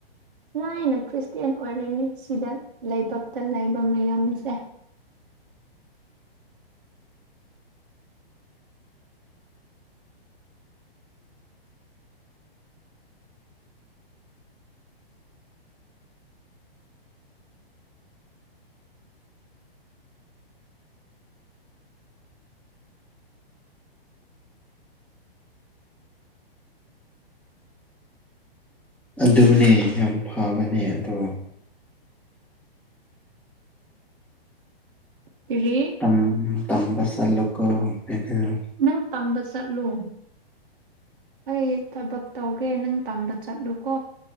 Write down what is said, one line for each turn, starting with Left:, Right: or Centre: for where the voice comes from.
Right: ꯅꯣꯏꯅꯥ ꯈ꯭ꯔꯤꯁꯇꯌꯥꯟ ꯑꯣꯏꯔꯅꯤ ꯁꯤꯗ ꯂꯩꯥꯏꯕꯛꯇ ꯂꯩꯕ ꯃꯌꯥꯝꯁꯦ꯫
Centre: ꯑꯗꯨꯅꯦ ꯌꯥꯝ ꯐꯕꯅꯦ ꯑꯗꯣ
Right: ꯀꯔꯤ
Centre: ꯇꯝ ꯇꯝꯕꯆꯜꯂꯨꯀꯣ <unintelligible> <inaudible>
Right: ꯅꯪ ꯇꯝꯕ ꯆꯠꯂꯨ ꯑꯩ ꯊꯕꯛ ꯇꯧꯒꯦ ꯅꯪ ꯇꯝꯕ ꯆꯠꯂꯨꯀꯣ